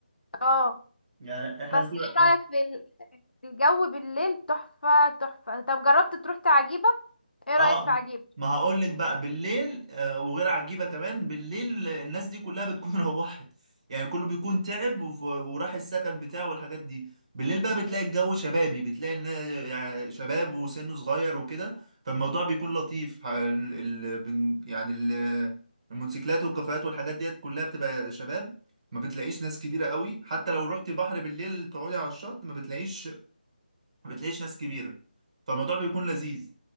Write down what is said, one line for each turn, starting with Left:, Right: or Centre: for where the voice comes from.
Left: اه
Right: يعني
Left: بس
Right: احنا بنكون
Left: ايه رأيك في ال- الجو بالليل تحفة تحفة طب جربت تروح عجيبة ايه
Right: اه
Left: رأيك في عجيبة
Right: ما هقول لك بقى بالليل آه وغير عجيبه كمان بالليل الناس دي كلها بتكون <laughs> روحت يعني كله بيكون تعب وف- وراح السكن بتاعه والحاجات دي بالليل بقى بتلاقي الجو شبابي بتلاقي النا- يعني شباب وسنه صغير وكده فالموضوع بيكون لطيف ح- ال... ال... بن- يعني ال... الموتوسيكلات والكافيهات والحاجات ديت كلها بتبقى شباب ما بتلاقيش ناس كبيره قوي حتى لو رحت بحر بالليل تقعدي على الشط ما بتلاقيش ما بتلاقيش ناس كبيرة فالموضوع بيكون لذيذ